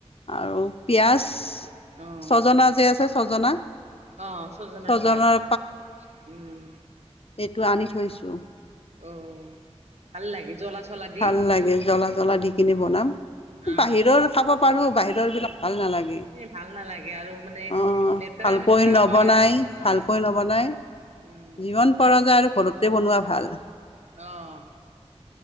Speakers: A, on the left; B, on the right.
A: আৰু পিঁয়াজ
B: অ',
A: ছজনা যে আছে ছজনা।
B: অ ছজনৰ
A: ছজনাৰ
B: পাত। উম
A: সেইটো আনি থৈছোঁ।
B: অ ভাল লাগে জ্বলা চলা দি?
A: ভাল লাগে জ্বলা জ্বলা দিকিনি বনাম।
B: অ',
A: বাহিৰৰ খাব পাৰোঁ বাহিৰৰ বিলাক ভাল নালাগে
B: এই ভাল নালাগে আৰু মানে
A: আহ।
B: লেতেৰা
A: ভালকৈ
B: পেতেৰাও
A: নবনাই
B: হয় আৰু উম,
A: ভালকৈ নবনাই।
B: উম,
A: যিমান পৰা যায় আৰু ঘৰতে বনোৱা ভাল।
B: অঁ।